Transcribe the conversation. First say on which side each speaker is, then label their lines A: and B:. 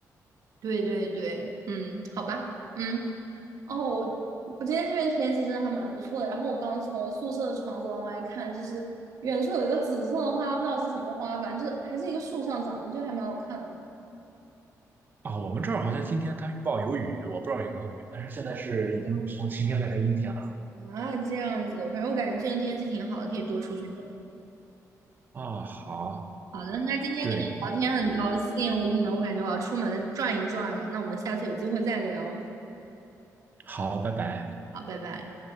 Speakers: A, on the right (about 65°); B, on the right (about 30°).
A: 对，对，对，嗯，好吧，嗯。哦，我我今天这边天气真的还蛮不错的。然后我刚从我宿舍的窗子往外看，就是远处有一个紫色的花，不知道是什么花，反正就是还是一个树上长的，就还蛮好看的。
B: 啊，我们这儿好像今天它预报有雨，我不知道有没有雨，但是现在是已经从晴天变成阴天了。
A: 啊，这样子，反正我感觉最近天气挺好的，可以多出去转。
B: 啊，好，
A: 好的，那今天跟你聊天很高兴，
B: 对，
A: 我可能我感觉我要出门转一转了，那我们下次有机会再聊。
B: 好，拜拜。
A: 好，拜拜。